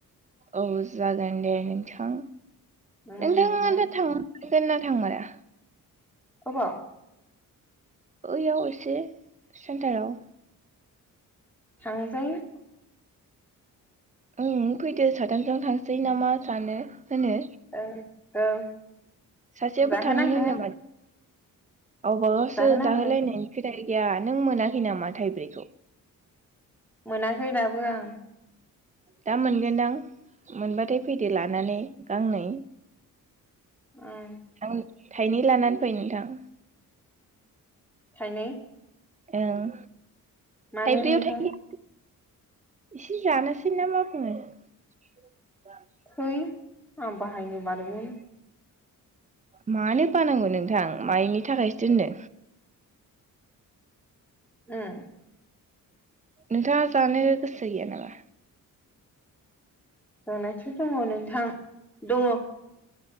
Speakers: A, on the right; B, in the centre.
A: औ जागोन दे नोंथां
B: उम
A: नोंथांङा
B: नोंथां
A: दा थां गोनना थांमारा?
B: अबाव
A: ओयाव एसे सेन्टाराव
B: थांजायो थांबालाय
A: उम फैदो साथामजों थांसै नामा सानो होनो
B: औ औ
A: सासेयाबो
B: जाहोनांगोन
A: थाङोनो माथो गावबा गावसो
B: जाहोनांगोन
A: जाहो लानायनि खोथ था गैया नों मोनाखै नामा थाइब्रैखौ
B: मोनाखै दाबो आं
A: दा मोनगोनदां मोनबाथाय फैदो लानानै गांनै
B: ओम
A: थां थाइनै लानानै फै नोंथां।
B: थाइनै
A: ओं
B: मानो
A: थाइब्रैयाव
B: नोंथां
A: थाइनै एसे जानोसै ना मा बुङो <unintelligible>
B: फै आं बाहायनो बादोंमोन
A: मानो बानांगौ नोंथां मायनि थाखायसो दोनदो
B: ओम
A: नोंथाङा जानो गोसो गैया नामा?
B: <unintelligible> दङ नोंथां दङ